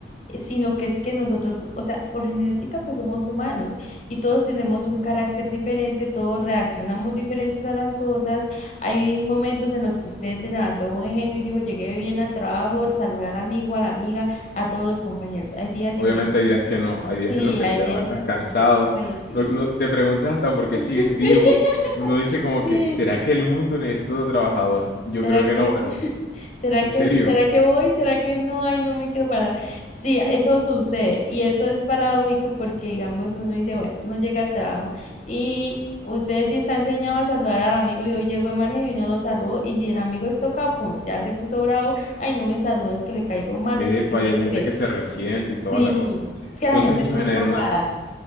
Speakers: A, on the left; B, on the left.
A: Eh, Sino que es que nosotros, o sea, por genética pues somos humanos y todos tenemos un carácter diferente, todos reaccionamos diferentes a las cosas. Hay momentos en los que usted se levantó de buen genio y dijo, llegué bien al trabajo, saludé al amigo, a la amiga, a todos los compañeros. Hay días
B: Obviamente
A: en que...
B: hay días que no, hay días
A: Sí,
B: en los que
A: hay
B: te levantas
A: días en
B: cansado,
A: los que... Ay, sí.
B: no, no- te preguntas hasta por qué
A: <laughs>
B: sigues vivo,
A: Sí,
B: uno dice como
A: sí.
B: que, ¿será que el mundo necesita otro trabajador? Yo
A: ¿Será
B: creo
A: que,
B: que no, ¿verdad?
A: <laughs> será
B: ¿En
A: que,
B: serio?
A: será que voy? ¿Será que no? Ay, no me quiero parar. Sí, eso sucede y eso es paradójico porque, digamos, uno dice, bueno, no llega al trabajo y usted sí está enseñado a saludar al amigo y hoy llegó de mal genio y no lo saludó y si el amigo es tocado, pum, ya se puso bravo, ay, no me saludó, es que le caigo mal,
B: Epa,
A: ese que se
B: y hay gente
A: cree.
B: que se resiente y toda
A: Sí,
B: la cosa.
A: es que
B: Entonces
A: la gente
B: eso
A: es muy
B: genera
A: tocada.
B: una,